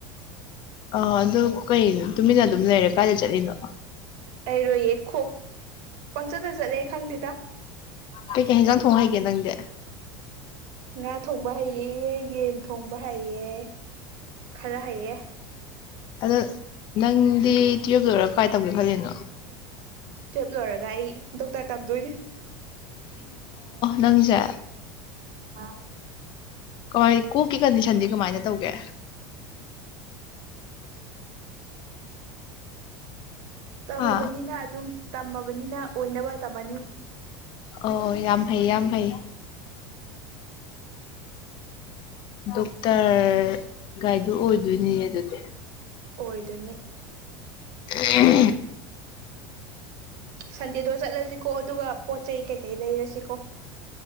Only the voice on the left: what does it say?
ꯑ ꯑꯗꯨ ꯀꯩꯅꯣ ꯇꯨꯃꯤꯟꯅ ꯑꯗꯨꯝ ꯂꯩꯔꯦ ꯀꯥꯏꯗ ꯆꯠꯂꯤꯅꯣ
ꯀꯩ ꯀꯩ ꯍꯤꯡꯖꯥꯡ ꯊꯣꯡꯍꯒꯦ ꯅꯪꯗꯤ
ꯑꯗꯣ ꯅꯪꯗꯤ ꯇꯨꯋꯜꯞꯇ ꯑꯣꯏꯔꯒ ꯀꯥꯏ ꯇꯧꯒꯦ ꯈꯜꯂꯤꯅꯣ
ꯅꯪꯖ
ꯀꯃꯥꯏ ꯀꯣꯛꯀꯤ ꯀꯟꯗꯤꯁꯟꯗꯤ ꯀꯃꯥꯏꯅ ꯇꯧꯒꯦ
ꯍꯥ
ꯑꯣ ꯌꯥꯝ ꯐꯩ ꯌꯥꯝ ꯐꯩ ꯗꯣꯛꯇꯔ ꯒꯥꯏꯗꯨ ꯑꯣꯏꯗꯣꯏꯅꯤꯅꯦ ꯑꯗꯨꯗꯤ
ꯑ